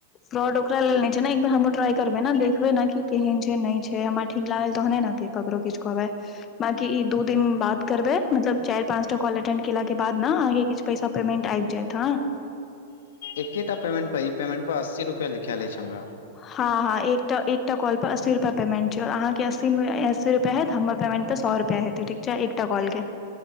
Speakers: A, on the left (about 20°); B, on the left (about 75°).
A: फ्रॉड ओकरा लेल नय छै न एक बेर हमहूँ ट्राई करबे न देखबे न कि केहन छै नय छै हमरा ठीक लागल तहने न हेतै ककरो किछु कहबै बाकी ई दू दिन बात करबै मतलब चारि पाँचटा कॉल एटेंड केला के बाद न अहाँ के किछु पैसा पेमेंट आबि जायत हँ
B: एकेटा पेमेंट पर ई पेमेंट प अस्सी रुपया लिखाल अछि हमरा
A: हँ हँ एकटा एकटा कॉलपर अस्सी रूपया पेमेन्ट छै आओर अहाँके अस्सी मे अस्सी रूपया हैयत हमर पमेन्ट पर सौ रुपया हैयत तऽ ठीक छै एकटा कॉल के